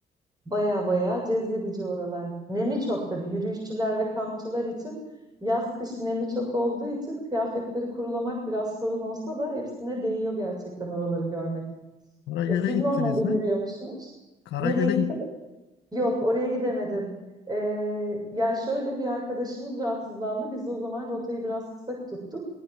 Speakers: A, on the right (about 20°); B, on the left (about 80°).
A: Baya baya cezbedici oralar. Nemi çok tabii yürüyüşçüler ve kampçılar için yaz kış nemi çok olduğu için kıyafetleri kurulamak biraz sorun olsa da hepsine değiyor gerçekten oraları görmek.
B: Karagöl'e
A: E, siz
B: gittiniz
A: normalde yürüyor
B: mi?
A: musunuz?
B: Karagöl'e
A: Nereye gittiniz?
B: git.
A: Yok oraya gidemedim. E, ya şöyle bir arkadaşımız rahatsızlandı. Biz o zaman rotayı biraz kısa tuttuk.